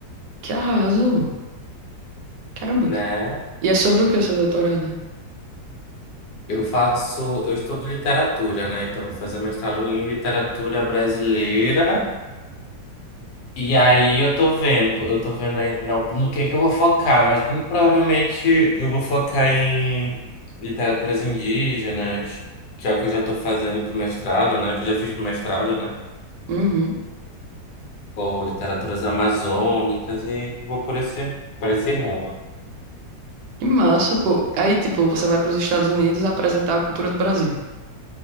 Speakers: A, on the right; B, on the left.
A: Que arraso. Caramba.
B: né?
A: E é sobre o que o seu doutorado, né?
B: Eu faço, eu estudo literatura, né? Então, eu vou fazer mestrado em literatura brasileira. E aí eu tô vendo, pô, eu tô vendo ainda o- no que que eu vou focar, mas muito provavelmente eu vou focar em literaturas indígenas, que é o que eu já tô fazendo pro mestrado, né? Que eu já fiz pro mestrado, né?
A: Uhum.
B: Ou literaturas amazônicas e vou por esse, por esse rumo.
A: Que massa, pô. Aí, tipo, você vai pros Estados Unidos apresentar a cultura do Brasil.